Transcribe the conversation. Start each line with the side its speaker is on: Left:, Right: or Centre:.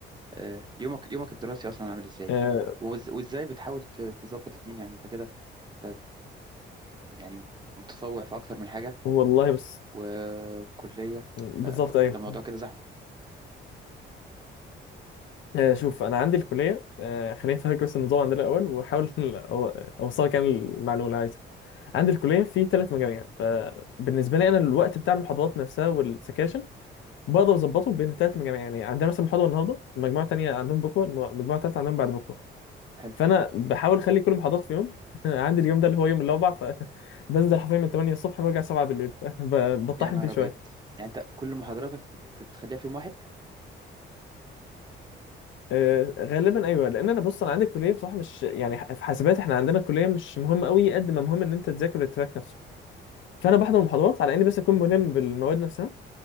Right: آه، يومك يومك الدراسي اصلا عامل ازاي
Left: أه
Right: وإز- وازاي بتحاول ت- تظبط الاتنين يعني انت كده انت م- يعني متطوع في اكتر من حاجة
Left: والله بس
Right: وكلية
Left: بالظبط
Right: فأنت
Left: ايوه
Right: الموضوع كده زحمة
Left: أه شوف انا عندي الكليه أه خليني افهمك بس النظام عندنا الاول واحاول <laughs> أو- اوصلك يعني المعلومه اللي عايزها عندي الكليه في ثلاث مجاميع فبالنسبه لي انا الوقت بتاع المحاضرات نفسها والسكاشن بقدر اظبطه بين الثلاث مجاميع يعني عندنا مثلا محاضره النهارده المجموعه الثانيه عندهم بكره الم- المجموعه الثالثه عندهم بعد بكره
Right: حلو
Left: فانا
Right: كويس
Left: بحاول اخلي كل المحاضرات في يوم <laughs> عندي اليوم ده اللي هو يوم الاربع فبنزل <laughs> حرفيا من 8 الصبح برجع 7 بالليل <laughs> بطحن
Right: يا نهار
Left: فيه شويه
Right: أبيض يعني أنت كل محاضراتك بت... بتخليها في يوم واحد
Left: وغالبا ايوه لان انا بص انا عندي الكليه بصراحه مش يعني ح- في حاسبات احنا عندنا الكليه مش مهمه قوي قد ما مهم ان انت تذاكر التراك نفسه فانا بحضر المحاضرات على اني بس اكون ملم بالمواد نفسها